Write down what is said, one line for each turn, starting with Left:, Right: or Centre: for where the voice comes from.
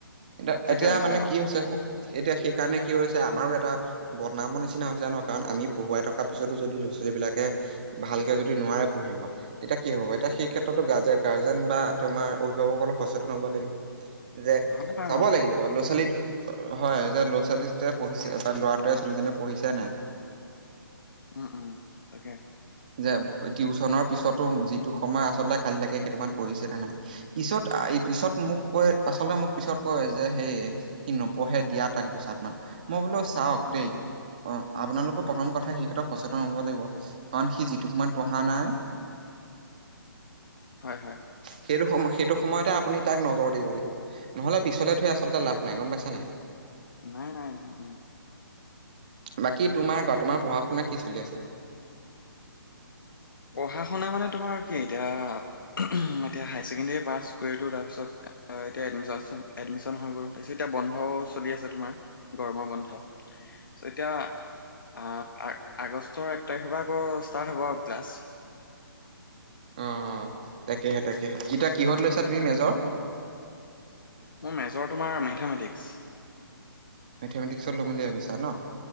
Right: এতিয়া-এতিয়া
Left: তাকে তাকে
Right: মানে
Left: অ
Right: কি হৈছে এতিয়া সেইকাৰণে কি হৈছে আমাৰো এটা বদনামৰ নিচিনা হৈছে জানো কাৰণ আমি পঢ়ুৱাই থকাৰ পিছতো যদি লো, ছোৱালী বিলাকে ভালকে যদি নোৱাৰে পঢ়িব এতিয়া কি হ'ব এতিয়া সেই ক্ষেত্ৰতো গাৰ্জেন বা তোমাৰ অভিভাৱকলে সচেতন হ'ব লাগিব। যে
Left: হয় হয়
Right: চাব
Left: অ সেইটো
Right: লাগিব
Left: হয়,
Right: ল'ৰা ছোৱালীত হয় যে ল'ৰা ছোৱালী যে পঢ়িছে বা ল'ৰাটোৱে ছোৱালীজনীয়ে পঢ়িছে নে নাই
Left: উম উম তাকে
Right: যে টিউশচনৰ পিছতো যিটো সময় আচলতে খালি থাকে সেইটো সময় পঢ়িছে নে নাই। পিছত আ পিছত মোক কয় আচলতে মোক পিছত কয় যে সেই সি নপঢ়ে দিয়া তাক দুচাত মান মই বোলো চাওক
Left: উম
Right: দেই
Left: উম
Right: অ আপোনালোকৰ প্ৰথম কথা সেই ক্ষেত্ৰত সচেতন হ'ব লাগিব। কাৰণ সি যিটো সময় পঢ়া নাই
Left: হয় হয়
Right: সেইটো সময় সেইটো সময়তে আপুনি তাক নজৰ দিব লাগিব। নহ'লে পিছলে থৈ আচলতে লাভ নাই গম পাইছা নে নাই
Left: নাই নাই উ উহু
Right: বাকী তোমাৰ কোৱা তোমাৰ পঢ়া শুনা কি চলি আছে?
Left: পঢ়া শুনা মানে তোমাৰ কি এতিয়া এতিয়া হায়াৰ ছেকেণ্ডেৰী পাছ কৰিলোঁ তাৰপিছত এতিয়া এডমিশন এডমিশন হৈ গ'ল তাৰপিছত এতিয়া বন্ধও চলি আছে তোমাৰ গৰমৰ বন্ধ চ এতিয়া অ আ আগষ্টৰ এক তাৰিখৰ পৰা আকৌ ষ্টাৰ্ট হ'ব আৰু ক্লাছ
Right: অ অ তাকেহে তাকেহে এতিয়া কিহত লৈছা তুমি মেজৰ
Left: মোৰ মেজৰ তোমাৰ মেথেমেটিক্স
Right: মেথেমেটিক্সত ল'ম বুলি ভাবিছা ন